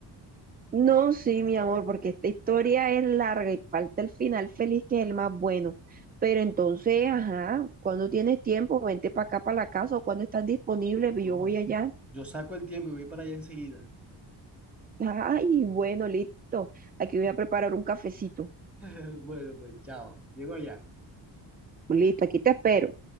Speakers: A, on the right (about 20°); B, in the centre.
A: No, sí, mi amor, porque esta historia es larga y falta el final feliz que es el más bueno. Pero entonces, ajá, cuando tienes tiempo, vente para acá, para la casa, o cuando estás disponible,
B: No,
A: yo voy allá.
B: yo saco el tiempo y voy para allá enseguida.
A: Ay, bueno, listo. Aquí voy a preparar un cafecito.
B: <laughs> Bueno, pues chao, llego allá.
A: Listo, aquí te espero.